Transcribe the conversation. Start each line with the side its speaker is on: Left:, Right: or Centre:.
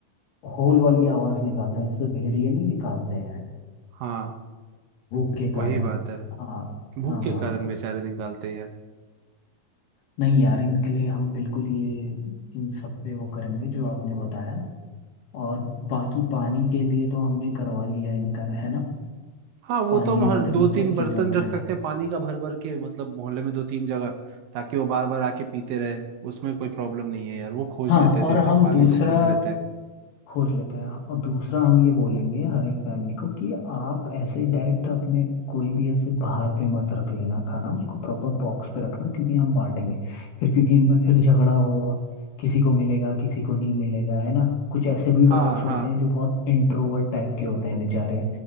Left: होल वाली आवाज निकालते हैं जैसे भेड़िए नहीं निकालते हैं
Right: हाँ
Left: भूख के
Right: वही
Left: कारण
Right: बात है
Left: हाँ
Right: भूख
Left: हाँ
Right: के कारण बेचारे निकालते हैं यार
Left: नहीं यार इनके लिए हम बिल्कुल ये इन सब पे वो करेंगे जो आपने बताया और बाकी पानी के लिए तो हमने करवा लिया इनका है ना
Right: हाँ वो
Left: पानी
Right: तो हम हर
Left: और
Right: दो
Left: इन
Right: तीन
Left: सब चीज़ों
Right: बर्तन रख
Left: के लिए
Right: सकते हैं पानी का भर भर के मतलब मोहल्ले में दो तीन जगह ताकि वो बार बार आके पीते रहे उसमें कोई प्रॉब्लम नहीं है यार वो खोज
Left: हाँ
Right: लेते हैं
Left: और
Right: दिन भर
Left: हम
Right: पानी
Left: दूसरा
Right: तो खोज लेते हैं
Left: खोज लेते हैं और दूसरा हम ये बोलेंगे हर एक फैमिली को कि आप ऐसे ही डायरेक्ट अपने कोई भी ऐसे बाहर पे मत रख लेना खाना उसको प्रॉपर बॉक्स पे रखना क्योंकि हम बांटेंगे फिर क्योंकि इनमें फिर झगड़ा होगा किसी को मिलेगा किसी को नहीं मिलेगा है ना कुछ ऐसे भी डॉग्स
Right: हाँ
Left: होते
Right: हाँ
Left: हैं जो बहुत इंट्रोवर्ट टाइप के होते हैं बेचारे